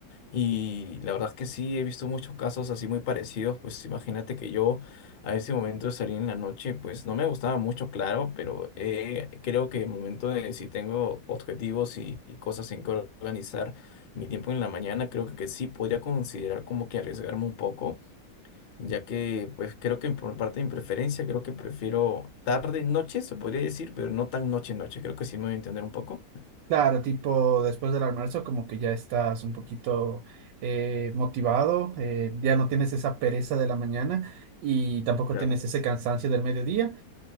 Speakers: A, on the left; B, on the right.
A: Y la verdad es que sí, he visto muchos casos así muy parecidos. Pues imagínate que yo a ese momento de salir en la noche, pues no me gustaba mucho, claro, pero eh, creo que el momento de si tengo objetivos y, y cosas en que organizar mi tiempo en la mañana, creo que, que sí podría considerar como que arriesgarme un poco, ya que pues creo que por parte de mi preferencia, creo que prefiero tarde, noche, se podría decir, pero no tan noche, noche. Creo que sí me voy a entender un poco.
B: Claro, tipo después del almuerzo como que ya estás un poquito eh, motivado, eh, ya no tienes esa pereza de la mañana y tampoco
A: Claro,
B: tienes ese cansancio del mediodía